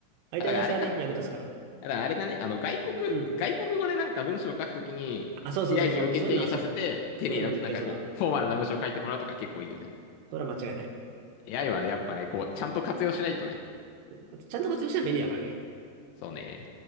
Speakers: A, on the right; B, on the left.
A: 相手出しはね、
B: だからあれか。
A: 役立つから。
B: だからあれだね、あの、外国、
A: うん。
B: 外国語でなんか文章を書くときに、
A: あ、そうそうそうそう。
B: AI に要件定義させて、
A: そういうのはそう。
B: 丁寧な、
A: そういうのも絶対そうだわ。
B: なんかこう、フォーマルな文章を書いてもらうとか結構いいよね。
A: それは間違いない。
B: AI はね、やっぱね、こう、ちゃんと活用しないとね。
A: あとちゃんと活用したら便利だからね。
B: そうね。